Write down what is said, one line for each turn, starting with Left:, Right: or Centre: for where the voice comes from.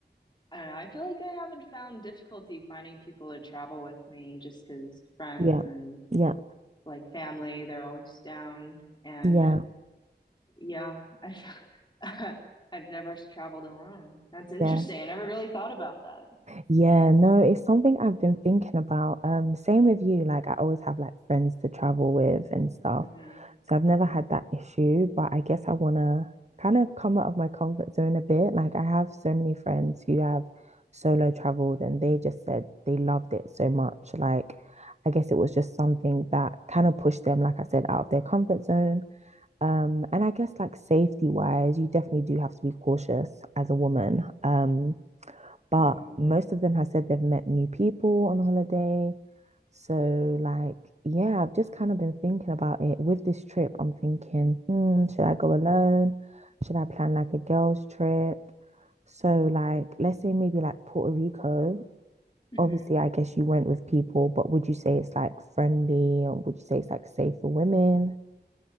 Left: I don't know, I feel like I haven't found difficulty finding people to travel with me just because friends
Right: yeah,
Left: and
Right: yeah,
Left: like family, they're always down. And
Right: yeah,
Left: Yeah, I've <laughs> I've never traveled alone. That's interesting.
Right: yeah.
Left: I never really thought about that.
Right: Yeah, no, it's something I've been thinking about. Um, same with you. Like I always have like friends to travel with and stuff.
Left: hmm
Right: So I've never had that issue, but I guess I wanna kind of come out of my comfort zone a bit. Like I have so many friends who have solo traveled and they just said they loved it so much. Like I guess it was just something that kind of pushed them, like I said, out of their comfort zone. Um, and I guess like safety wise, you definitely do have to be cautious as a woman. Um, but
Left: hmm
Right: most of them have said they've met new people on holiday. So, like, yeah, I've just kind of been thinking about it. With this trip, I'm thinking, hmm, should I go alone? Should I plan like a girls' trip? So, like, let's say maybe like Puerto Rico.
Left: hmm
Right: Obviously, I guess you went with people, but would you say it's like friendly or would you say it's like safe for women?